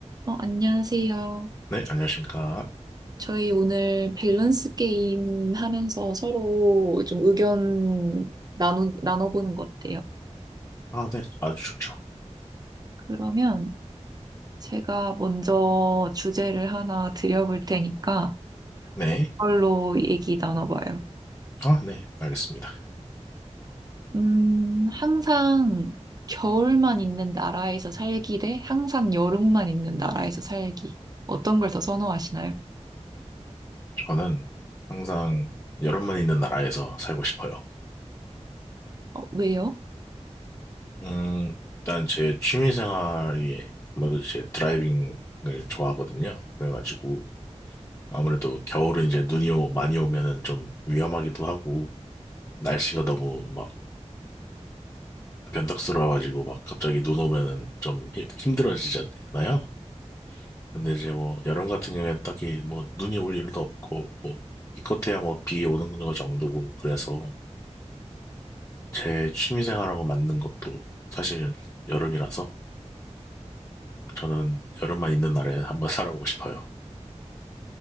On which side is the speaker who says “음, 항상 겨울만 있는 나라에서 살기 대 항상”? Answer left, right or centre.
Right